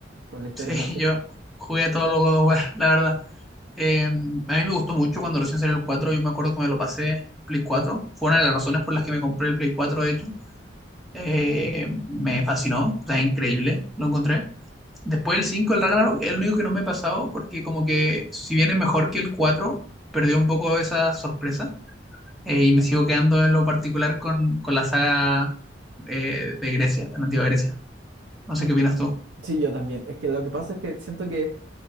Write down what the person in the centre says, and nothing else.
Sí,
<laughs> yo jugué a todos los God of War, la verdad. Eh, a mí me gustó mucho cuando recién salió el cuatro yo me acuerdo que me lo pasé en Play cuatro fue una de las razones por las que me compré el Play 4 de hecho, Eh, me fascinó, o sea, increíble, lo encontré. Después el cinco el Ragnarok, es el único que no me he pasado porque como que si bien es mejor que el 4 perdió un poco esa sorpresa eh, y me sigo quedando en lo particular con, con la saga eh, de Grecia, de la antigua Grecia. No sé
qué opinas tú.